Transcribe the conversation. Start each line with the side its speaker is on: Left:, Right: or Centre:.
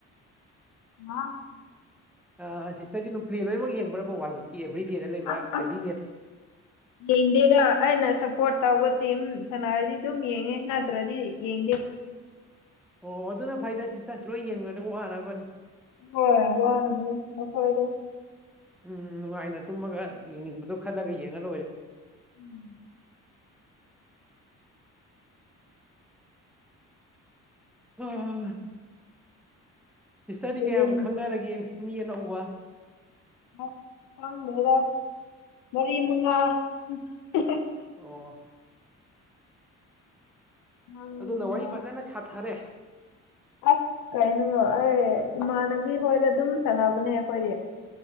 Left: <unintelligible>
Centre: ꯑ ꯁꯤꯁꯇꯔꯗꯤ ꯄ꯭ꯂꯦ ꯂꯣꯏꯅꯃꯛ ꯌꯦꯡꯕ꯭ꯔꯕ ꯋꯜ ꯀꯞꯀꯤ ꯑꯦꯕ꯭ꯔꯤꯗꯦꯗꯥ ꯂꯩꯕ
Left: ꯑꯁ
Centre: ꯑꯦꯕ꯭ꯔꯤ
Left: ꯑꯁ
Centre: ꯃꯦꯠꯁꯦ꯫
Left: <inaudible> ꯌꯦꯡꯗꯦꯗ ꯑꯩꯅ ꯁꯄꯣꯠ ꯇꯧꯕ ꯇꯤꯝ ꯁꯥꯟꯅꯔꯗꯤ ꯗꯨꯝ ꯌꯦꯡꯉꯦ ꯅꯇ꯭ꯔꯗꯤ ꯌꯦꯡꯗꯦ꯫
Centre: ꯑꯣ ꯑꯗꯨꯅ ꯐꯩꯗꯦ ꯁꯤꯁꯇꯔ ꯂꯣꯏ ꯌꯦꯡꯉꯨꯔꯗꯤ ꯋꯥꯅꯕꯅꯤ꯫
Left: ꯍꯣꯏ ꯋꯥꯅꯕꯅꯦ <unintelligible>
Centre: ꯎꯝ ꯅꯨꯡꯉꯥꯏꯅ ꯇꯨꯝꯃꯒ ꯌꯦꯡꯅꯤꯡꯕꯗꯣ ꯈꯜꯂꯒ ꯌꯦꯡꯉ ꯂꯣꯏꯔꯦ꯫
Left: <inaudible>
Centre: ꯎꯝ ꯁꯤꯁꯇꯔꯤ
Left: ꯍꯦꯟꯖꯤꯟ
Centre: ꯀꯌꯥꯃ ꯈꯪꯅꯔꯒꯦ ꯃꯤ ꯑꯅꯧꯕ꯫
Left: ꯥꯑ ꯈꯡꯗꯦꯗ ꯃꯔꯤ ꯃꯨꯉꯥ <unintelligible>
Centre: ꯑꯣ
Left: ꯅꯪꯅ
Centre: ꯑꯗꯨꯅ ꯋꯥꯔꯤ ꯐꯖꯅ ꯁꯥꯊꯔꯦ꯫
Left: ꯑꯁ ꯀꯩꯅꯣ ꯑꯩ ꯏꯃꯥꯟꯅꯕꯤ ꯍꯣꯏꯗ ꯑꯗꯨꯝ ꯁꯥꯟꯅꯕꯅꯦ ꯈꯣꯏ꯫